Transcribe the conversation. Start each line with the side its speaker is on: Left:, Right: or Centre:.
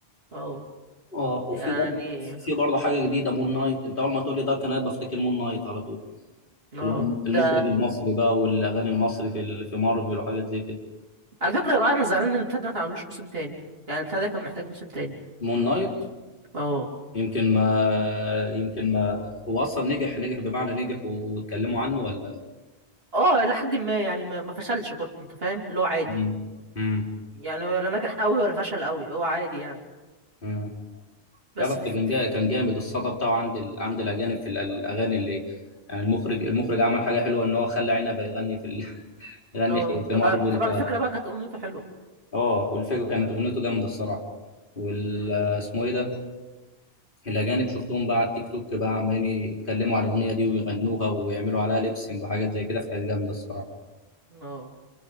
Right: اه
Left: اه وفي
Right: يعني
Left: برضه في برضه حاجه جديده مون نايت انت اول ما تقول لي دارك نايت بفتكر مون نايت على طول
Right: اه
Left: اللي هو المخرج
Right: ده
Left: المصري بقى والاغاني المصري في ال- في مارفل وحاجات زي كده
Right: على فكرة بقى انا زعلان ان البتاع ده ما اتعملوش موسم تاني يعني البتاع ده كان محتاج موسم تاني
Left: مون نايت
Right: اه
Left: يمكن ما يمكن ما هو اصلا نجح نجح بمعنى نجح واتكلموا عنه ولا
Right: اه الى حد ما يعني ما, ما فشلش برضه انت فاهم اللي هو عادي
Left: مم. مم.
Right: يعني ولا نجح قوي ولا فشل قوي هو عادي يعني
Left: مم.
Right: بس
Left: لا بس
Right: تف
Left: كان
Right: تف
Left: جا... كان جامد الصدى بتاعه عند ال... عند الاجانب في ال- الاغاني اللي يعني المخرج المخرج عمل حاجه حلوه ان هو خلى عنبه يغني في ال... <laughs> يغني
Right: اه
Left: في, في
Right: طب
Left: مارفل
Right: ع- طب على
Left: ف...
Right: فكرة بقى كانت اغنيته حلوة
Left: اه والفيجو كانت اغنيته جامده الصراحه وال اسمه ايه ده الأجانب شفتهم بقى على التيك توك بقى عمالين يتكلموا على الأغنية دي ويغنوها ويعملوا عليها ليبسينج وحاجات زي كده فكانت جامدة الصراحة
Right: اه